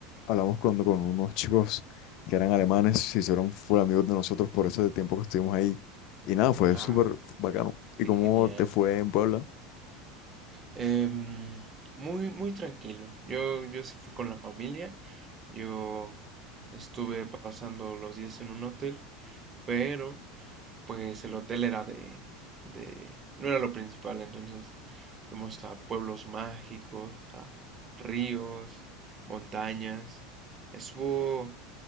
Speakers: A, on the left; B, on the right.
A: hablamos cuando con unos chicos que eran alemanes, se hicieron full amigos de nosotros por ese tiempo que estuvimos ahí. Y nada, fue
B: Ah,
A: súper bacano. ¿Y
B: qué
A: cómo
B: genial.
A: te fue
B: qué-
A: en Puebla?
B: Em, muy, muy tranquilo. Yo, yo sí fui con la familia. Yo estuve pasando los días en un hotel, pero pues el hotel era de, de, no era lo principal. Entonces fuimos a pueblos mágicos, a ríos, montañas. Estuvo,